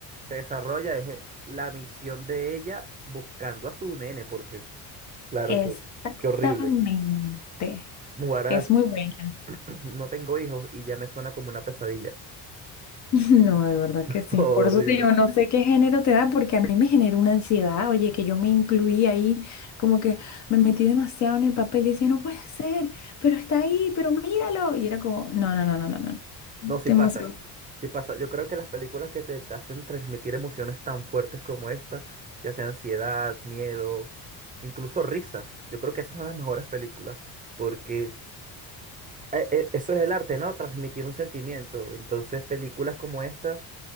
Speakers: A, on the right; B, on the left.
A: se desarrolla, es eh, la misión de ella buscando a su nene, porque claro
B: exactamente.
A: que, qué horrible. Ahora
B: Es muy buena.
A: <clears throat> no tengo hijos y ya me suena como una pesadilla.
B: <laughs> No, de verdad
A: <laughs>
B: que sí.
A: Horrible.
B: Por eso te digo, no sé qué género te da, porque a mí me genera una ansiedad. Oye, que yo me incluí ahí, como que me metí demasiado en el papel y decía, no puede ser, pero está ahí, pero míralo. Y era como, no, no, no, no, no, no.
A: No, sí
B: Te
A: pasa.
B: emocionó.
A: Sí pasa. Yo creo que las películas que te, te hacen transmitir emociones tan fuertes como esta, ya sea ansiedad, miedo, incluso risa, yo creo que esas son las mejores películas, porque eh, eh, eso es el arte, ¿no? Transmitir un sentimiento. Entonces, películas como esta